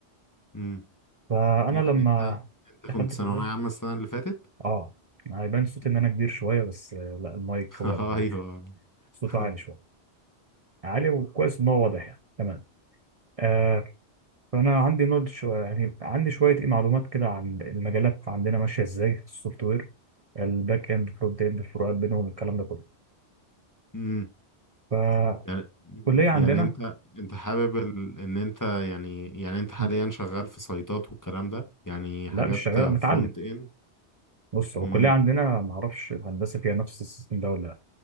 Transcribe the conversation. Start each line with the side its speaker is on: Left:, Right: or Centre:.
Left: امم
Right: فانا
Left: يعني
Right: لما
Left: انت انت
Right: دخلت
Left: كنت ثانوية
Right: الكليه
Left: عامة السنة اللي فاتت
Right: اه ما هيبان صوتي
Left: امم
Right: ان انا كبير شويه بس آه، لا المايك
Left: <laughs>
Right: هو اللي
Left: ايوه
Right: <laughs> صوته
Left: <laughs>
Right: عالي شويه عالي وكويس ان هو واضح يعني تمام آه فانا عندي نولج شويه يعني عندي شويه ايه معلومات كده عن المجالات عندنا ماشيه ازاي في السوفت وير الباك اند فرونت اند الفروقات بينهم الكلام ده كله
Left: مم.
Right: فالكليه
Left: يعني
Right: عندنا
Left: يعني انت انت حابب ال... ان انت يعني يعني انت حاليا
Right: مم.
Left: شغال في سايتات والكلام ده يعني حاجات
Right: لا مش شغال
Left: فرونت
Right: متعلم
Left: اند
Right: بص هو
Left: امم
Right: الكليه عندنا ما اعرفش الهندسه فيها نفس السيستم ده ولا لا